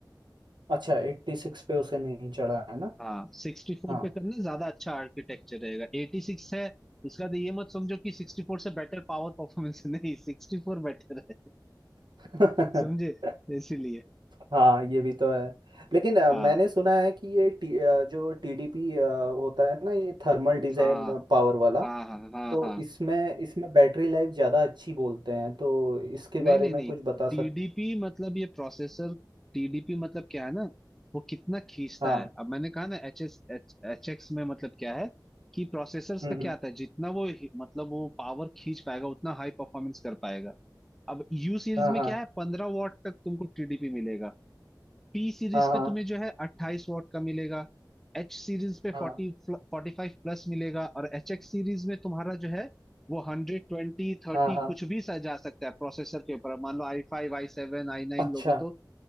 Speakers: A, on the right; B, in the centre.
A: अच्छा एट्टी सिक्स पे उसे नहीं चढ़ा है ना
B: हाँ 64
A: हाँ
B: पे करना ज्यादा अच्छा आर्किटेक्चर रहेगा 86 है इसका तो ये मत समझो कि 64 से बेटर पावर परफॉर्मेंस <laughs> नहीं 64 बेटर है
A: <laughs>
B: समझे इसीलिए
A: हाँ ये भी तो है लेकिन अ,
B: हाँ
A: मैंने सुना है कि ये टी, अ, जो टीडीपी होता है ना ये थर्मल डिजाइन
B: हाँ
A: पावर वाला
B: हाँ हाँ हाँ
A: तो
B: हाँ
A: इसमें इसमें बैटरी लाइफ ज़्यादा अच्छी बोलते हैं तो इसके
B: नहीं
A: बारे
B: नहीं
A: में
B: नहीं
A: कुछ बता सक
B: टीडीपी मतलब ये प्रोसेसर टीडीपी मतलब क्या है ना वो कितना खींचता
A: हाँ
B: है अब मैंने कहा ना एच एस एच एक्स में मतलब क्या है कि प्रोसेसर्स
A: हम्म
B: का
A: हम्म,
B: क्या आता है जितना वो हि- मतलब वो पावर खींच पाएगा उतना हाई परफॉर्मेंस कर पाएगा अब यू सीरीज
A: हाँ
B: में
A: हाँ
B: क्या है पंद्रह वॉट तक तुमको टीडीपी मिलेगा पी सीरीज
A: हाँ हाँ
B: पे तुम्हें जो है 28 वॉट का मिलेगा एच सीरीज पे
A: हाँ
B: 40 45 प्लस मिलेगा और एच एक्स सीरीज में तुम्हारा जो है वो 120 30
A: हाँ हाँ
B: कुछ भी सा जा सकता है प्रोसेसर के ऊपर मान लो I five I seven I nine
A: अच्छा
B: लोगे तो